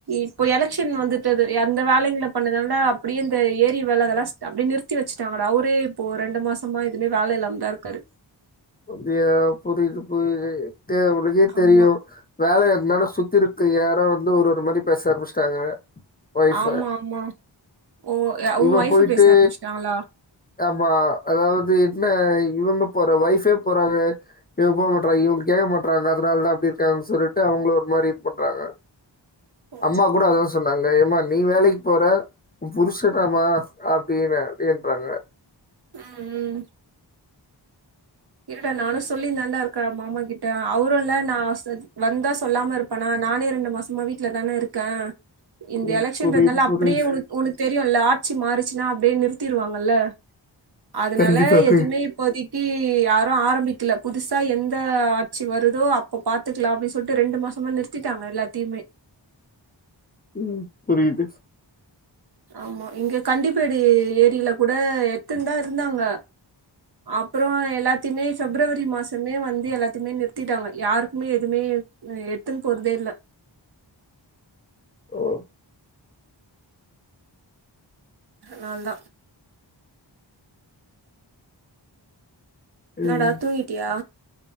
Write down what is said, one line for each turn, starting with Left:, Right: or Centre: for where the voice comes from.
Right: இப்போ எலெக்ஷன் வந்துட்டது அந்த வேலைங்கள பண்ணதுனால அப்டியே இந்த ஏரி வேல அதெல்லா அப்டியே நிறுத்தி வச்சுட்டாங்கடா அவரே இப்போ ரெண்டு மாசமா எதுவுமே வேல இல்லாம தா இருக்காரு
Left: அப்டியா புரியுது புரியது டே உனக்கே
Right: ஆமா
Left: தெரியு வேல எந்தனால சுத்தி இருக்கு யாரு வந்து ஒரு ஒரு மாதிரி பேச ஆரம்பிச்சட்டாங்க வொய்ஃப்
Right: ஆமா ஆமா ஓ உ
Left: இவ
Right: ஒய்ஃபு
Left: போயிட்டு
Right: பேச ஆரம்பிச்சுட்டாங்களா
Left: ஆமா அதாவது என்ன இவங்க போற ஒய்ஃபே போறாங்க இவ போக மாட்றாங்க இவங்க கே மாட்றாங்க அதனால தா அப்டி இருக்காங்கன்ன சொல்லிட்டு அவங்கள ஒரு மாரி பண்றாங்க
Right: ஓ
Left: அம்மா கூட அதா சொ சொன்னாங்க ஏமா நீ வேலைக்கு போற உ புருஷடமா அப்டின்னு அப்டின்றாங்க
Right: ம் ம் இருடா நானு சொல்லிந்தான்டாருக்கே மாமா கிட்ட அவரு இல்ல நா வந்தா சொல்லாம இருப் இப்பனா நானே ரெண்டு மாசமா வீட்ல தானே இருக்கே இந்த
Left: ம்.
Right: எலக்ஷன்றனால
Left: புரியுது,
Right: அப்டியே
Left: புரியுது.
Right: உனக் உனக்கு தெரியுல்ல ஆட்சி மாறிச்சுன்னா அப்டியே நிறுத்திருவாங்கல்ல அதனால
Left: கண்டிப்பாங்க.
Right: எதுவுமே இப்போதி க்கி யாரு ஆரம்பிக்கல புதுசா எந்த ஆட்சி வருதோ அப்ப பாத்துக்கலா அப்டின்னு சொல்லிட்டு ரெண்டு மாசமா நிறுத் நிறுத்திட்டாங்க எல்லாத்தையுமே
Left: ம் புரியிது
Right: ஆமா இங்க கண்டிப்பேடி ஏரியில கூட எத்துன் தா இருந்தாங்க அப்புற எல்லாத்தையுமே பிஃப்ரவரி மாசமே வந்து எல்லாத்தையுமே நிறுத்திட்டாங்க யாருக்குமே எதுவுமே எத்துன்னு போறதே இல்ல
Left: ஓ
Right: நான் தா என்னடா
Left: ம்.
Right: தூங்கிட்டியா